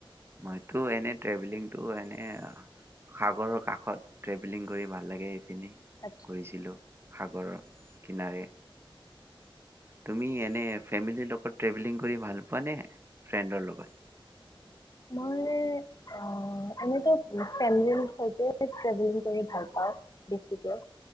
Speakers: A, on the right (about 25°); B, on the left (about 40°).
A: মইটো এনেই ট্ৰেভেলিংটো এনেই সাগৰৰ কাষত ট্ৰেভেলিং কৰি ভাল লাগে। এনেই
B: আচ্ছা
A: কৰিছিলোঁ সাগৰৰ কিনাৰে। তুমি এনেই ফামেলিৰ লগত ট্ৰেভেলিং কৰি ভাল পোৱা নে ফ্ৰেণ্ডৰ লগত?
B: মই অ, এনেইটো <unintelligible> ট্ৰেভেলিং কৰি ভালপাওঁ বেছিকে